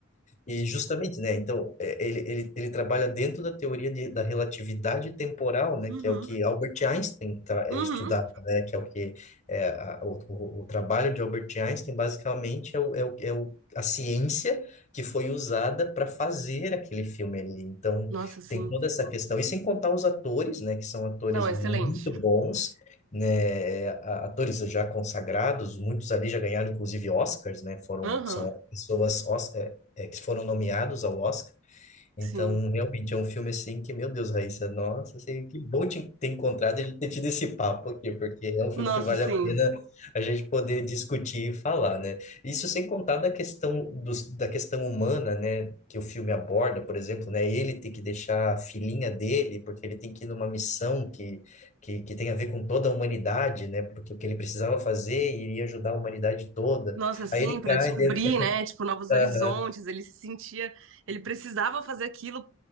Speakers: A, on the left (about 35°); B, on the right (about 60°).
A: E justamente, né? Então, é, ele, ele, ele trabalha dentro da teoria de, da relatividade temporal, né?
B: Uhum,
A: Que é o que Albert Einstein tra, é,
B: uhum.
A: estudava, né? Que é o que é, a- o, o, o trabalho de Albert Einstein, basicamente, é, o, é, o, é o, a ciência que foi usada para fazer aquele filme ali. Então,
B: Nossa, sim.
A: tem toda essa questão. E sem contar os atores, né? Que são atores
B: Não, excelente.
A: muito bons, né? a- Atores já consagrados, muitos ali já ganharam, inclusive, Oscars, né? Foram,
B: Uhum,
A: são pessoas é, que foram nomeados ao Oscar. Então,
B: sim.
A: realmente é um filme assim que, meu Deus, Raíssa, nossa, assim, que bom te ter encontrado e ter tido esse papo aqui, porque é um filme
B: Nossa,
A: que vale
B: sim.
A: a pena a gente poder discutir e falar, né? Isso sem contar da questão dos, da questão humana, né, que o filme aborda, por exemplo, né, ele tem que deixar a filhinha dele, porque ele tem que ir numa missão que, que, que tem a ver com toda a humanidade, né? Porque o que ele precisava fazer iria ajudar a humanidade toda.
B: Nossa, assim,
A: Aí ele
B: para
A: cai
B: descobrir,
A: dentro.
B: né, tipo, novos
A: Aham,
B: horizontes, ele se sentia, ele precisava fazer aquilo